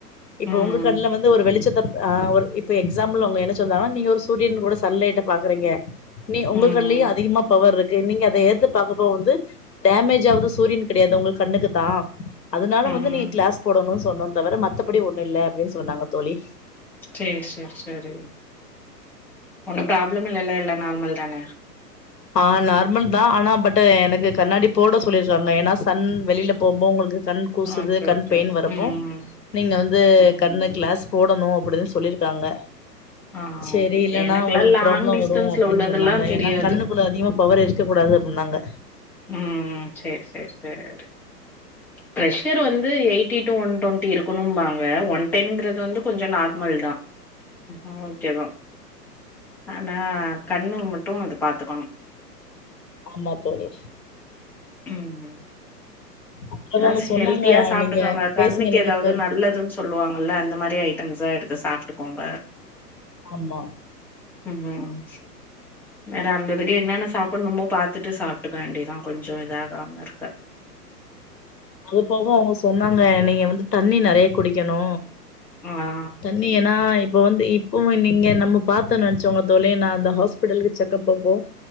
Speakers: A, on the left; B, in the centre.
A: இப்ப
B: ம்
A: உங்க கண்ணுல வந்து ஒரு வெளிச்சத்த ஆஹ் ஒரு இப்ப எக்ஸாம்பிள் அவுங்க என்ன சொன்னா நீங்க ஒரு சூரியன் கூட சலன்லேட்ட பாக்குறீங்க நீ உங்க
B: ம்
A: கல்லயோ அதிகமா பவர் இருக் கு நீங்க அத ஏத்து பாக்கப்போ வந்து டேமேஜ் ஆவுது சூரியன் கெடையாது உங்க கண்ணுக்கு தா அதுனால
B: ம்
A: வந்து நீங்க கிளாஸ் போடணு சொன்னோ தவர மத்தபடி ஒண்ணு இல்ல அப்டினு சொன்னாங்க தோழி
B: செரி செரி செரி ஒண்ணு ப்ராப்ளம் இல்லல எல்லா நார்மல் தான
A: ஆஹ் நார்மல் தா ஆனா பட் டு எனக்கு
B: ம்
A: கண்ணாடி போட சொல்லி டுறாங்க ஏனா சன் வெளியில போ போ உங்களுக்கு கு கண் கூசுது
B: ஓகே
A: கண்
B: ஓகே
A: பெயின் வரப்போ
B: ம்
A: நீங்க வந்து
B: ம்
A: கண்ணு கிளாஸ் போடணு அப்டினு சொல்லிருக்காங்க
B: ஆஹ்
A: சேரி இல்லன்னா
B: எனக்குல்லா
A: உங்களுக்கு
B: லாங்
A: ப்ராப்ளம்
B: டிஸ்டன்ஸ்ல
A: வரு அப்டின்னு
B: உள்ளதெல்லா
A: சொன்னாங்க
B: தெரியாது
A: ஏன்னா கண்ணுக்குள்ள அதிகமா பவர் இருக்க கூடாது அப்டினாங்க
B: உம் உம் செரி செரி செரி ப்ரெஷர் வந்து eighty to one twenty இருக்கணுபாங்க ஒன் டென்ங்கிற து வந்து கொஞ்சோ நார்மல் தா ஆ ஓகேவ ஆனா கண்ணு மட் டு இது பாத்துக்கணு
A: ஆமா தோழி
B: உம்
A: அப்றோ
B: ப்ளஸ்
A: அவங்க சொன்னாங்க
B: ஹெல்த்தியா சாப்டுக்கோங்க
A: நீங்க
B: கண்ணுக்கு
A: பேசுங்க நீங்க
B: ஏதாவது
A: இப்ப
B: நல்லதுனு சொல்லுவாங்கல அந்த மாரி ஐட்டம் ஸா எடுத்து சாப்டுக்கோங்க
A: ஆமா
B: உம் வேற அந்ததுக்கு என்னென்ன சாப்னுமோ பாத்துட்டு சாப்ட்டுக்க வேண்டியதா கொஞ்சோ இதாகாம இருக்க
A: அது போக அவங்க சொன்னாங்க நீங்க வந்து தண்ணி நெறைய குடிக்கணு
B: ஆ
A: தண்ணி ஏனா இப்ப வந்து இப்பவும்ல நீங்க நம்ம பா்த்தோ நினைச்சோங்க தோழி நா அந்த ஹாஸ்பிட்டல்க்கு செக்கப் போப்போ.